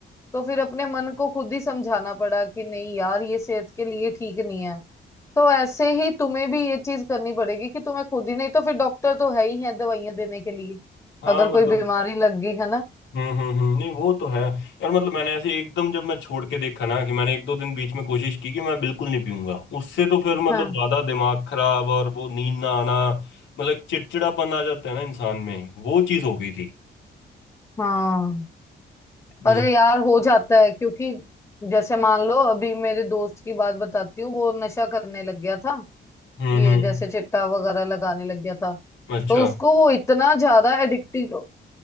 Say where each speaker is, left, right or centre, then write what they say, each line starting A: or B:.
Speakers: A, on the left; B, on the left.
A: तो फिर अपने मन को खुद ही समझाना पड़ा कि नहीं यार ये सेहत के लिए ठीक नहीं है तो ऐसे ही तुम्हें भी ये चीज करनी पड़ेगी कि तुम्हें खुद ही नहीं तो फिर डॉक्टर तो है ही है दवाइयां देने के लिए
B: हाँ
A: अगर
B: मतलब
A: कोई बीमारी लग गई है ना
B: हम्म हम्म हम्म, नहीं वो तो है यार मतलब मैंने ऐसे एकदम जब मैं छोड़ के देखा ना कि मैंने एक दो दिन बीच में कोशिश की कि मैं बिल्कुल नहीं पीऊंगा उससे तो फिर मतलब
A: हाँ
B: ज्यादा दिमाग खराब और वो नींद ना आना मतलब चिड़चिड़ापन आ जाता है ना इंसान में वो चीज हो गई थी
A: हाँ
B: हम्म
A: अरे यार हो जाता है क्योंकि जैसे मान लो अभी मेरे दोस्त की बात बताती हूँ वो नशा करने लग गया था
B: हम्म
A: ये
B: हम्म
A: जैसे चिट्टा वगैरह लगाने लग गया था
B: अच्छा
A: तो उसको वो इतना ज्यादा एडिक्टेड